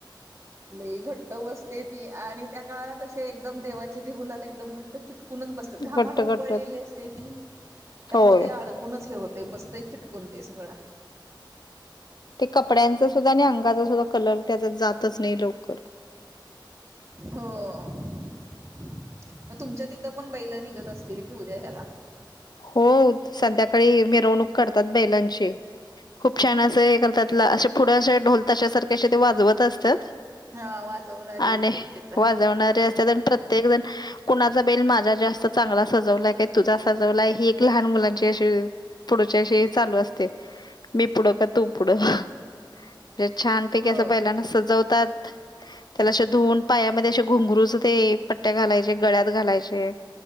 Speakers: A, on the right (about 35°); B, on the left (about 55°).
A: लय घट्ट बसते ती आणि त्या काळाला कसे एकदम देवाचे ती गुलाल एकदम घट्ट चिटक- चिटकूनच बसतात. घामान
B: घट्ट
A: उपळलेली
B: घट्ट
A: असते ती, त्यामुळे
B: होय
A: ते अडकूनच हे हो- ते बसतयं चिटकून ते सगळं.
B: ते कपड्यांचा सुद्धा आणि अंगाचा सुद्धा कलर त्याच्या जातचं नाही लवकर
A: हो. मग तुमच्या तिथं पण बैल निघत असतील कि उद्या ह्याला-
B: हो संध्याकाळी मिरवणूक करतात बैलांची, खूप छान असं हे करतात. असे पुढं असे ढोल ताशा सारखे असे ते वाजवत असतात.
A: हा वाजवणारे
B: आणि
A: येतात तिथं
B: वाजवणारे असत्यात, प्रत्येक जण- कुणाचा बैल माझा जास्त चांगला सजवलाय का, तुझा - सजवलाय, ही एक लहान मुलांची अशी पुढची अशी चालू असते. मी पुढं की तू पुढं- म्हणजे छानपैकी
A: हो
B: असं बैलांना सजवतात, त्याला असे धुवून पायामध्ये असं- घुंगरूच ते पट्ट्या घालायचे गळ्यात घालायचे